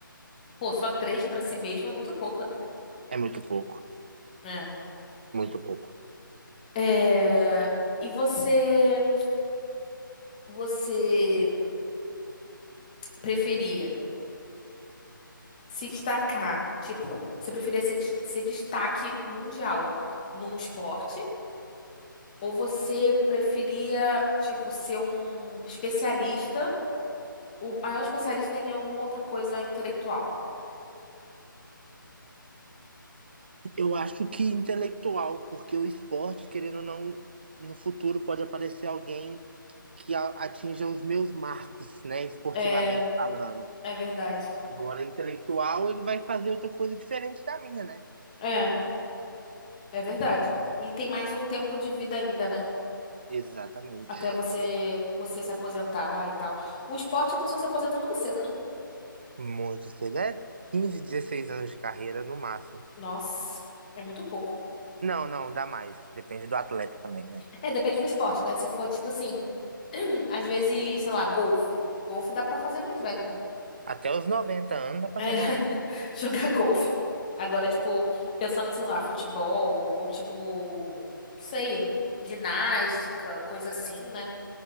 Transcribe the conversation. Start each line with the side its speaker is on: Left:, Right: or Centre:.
Left: pô, só três pra si mesmo é muito pouco, né?
Right: É muito pouco.
Left: É.
Right: Muito pouco.
Left: É, e você, você preferia se destacar, tipo, você preferia ser, des- ser destaque mundial num esporte? Ou você preferia, tipo, ser um especialista, o maior especialista em alguma outra coisa intelectual?
Right: Eu acho que intelectual, porque o esporte, querendo ou não, no futuro pode aparecer alguém que a- atinja os meus marcos, né? Esportivamente
Left: É,
Right: falando.
Left: é verdade.
Right: Agora, intelectual, ele vai fazer outra coisa diferente da minha, né?
Left: É, é verdade. E tem mais um tempo de vida ainda, né?
Right: Exatamente.
Left: Até você você se aposentar e tal. O esporte, a pessoa se aposenta muito cedo, né?
Right: Muito cedo. É 15, dezesseis anos de carreira no máximo.
Left: Nossa, é muito pouco.
Right: Não, não, dá mais. Depende do atleta também, né?
Left: É, depende do esporte, né? Se for, tipo assim, <clears throat> às vezes, sei lá, golfe. Golfe dá pra fazer mais velho, né?
Right: Até os 90 anos dá pra
Left: É,
Right: jogar
Left: <laughs>
Right: um.
Left: jogar golfe. Agora, tipo, pensando em, sei lá, futebol, ou tipo, não sei, ginástica, coisa assim, né?